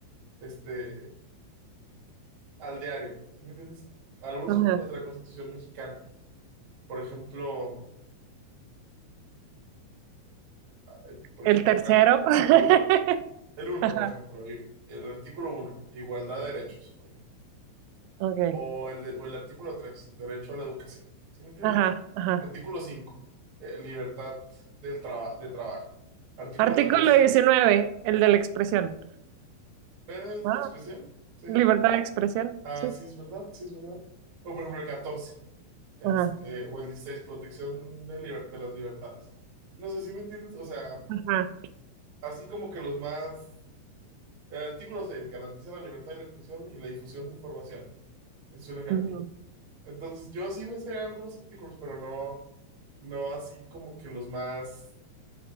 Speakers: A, on the right; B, on the right.
A: este, al diario, ¿sí me entiendes? Algunos
B: Ajá.
A: artículos de la Constitución mexicana, por ejemplo, eh, por
B: El
A: ejemplo,
B: tercero.
A: ¿cuál?
B: <laughs>
A: el uno el uno
B: Ajá.
A: por ejemplo, y- el artículo uno igualdad de derechos, por ejemplo.
B: Ok.
A: O el, de- o el artículo tres derecho a la educación. ¿Sí me entiendes?
B: Ajá, ajá.
A: Artículo cinco eh, libertad del traba- de trabajo. Artículo
B: Artículo
A: catorce
B: diecinueve, el de la expresión.
A: ¿es
B: Ah,
A: de la expresión? ¿Sí?
B: libertad de expresión,
A: Ah,
B: sí.
A: sí es verdad, sí es verdad. O por ejemplo el catorce este,
B: Ajá,
A: o el dieciséis protección de, liber- de las libertades. No sé si me entiendes, o sea,
B: ajá.
A: así como que los más... El artículo 6 garantiza la libertad de la expresión y la difusión de información. Es un ejemplo.
B: Ujú.
A: Entonces, yo sí me sé algunos artículos, pero no, no así como que los más,